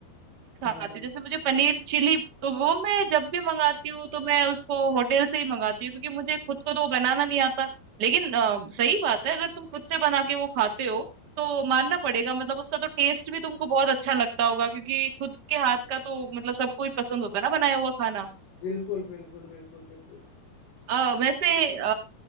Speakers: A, on the right (about 85°); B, on the left (about 75°).
A: खाती
B: हाँ हाँ,
A: हूँ जैसे मुझे पनीर चिली तो वो मैं जब भी मंगाती हूँ तो मैं उसको होटल से ही मंगाती हूँ क्योंकि मुझे खुद को तो वो बनाना नहीं आता लेकिन अ, सही बात है अगर तुम खुद से बना के वो खाते हो तो मानना पड़ेगा मतलब उसका तो टेस्ट भी तुमको बहुत अच्छा लगता होगा क्योंकि खुद के हाथ का तो मतलब सबको ही पसंद होता है ना बनाया हुआ खाना
B: बिल्कुल बिल्कुल बिल्कुल बिल्कुल
A: अ, वैसे अ,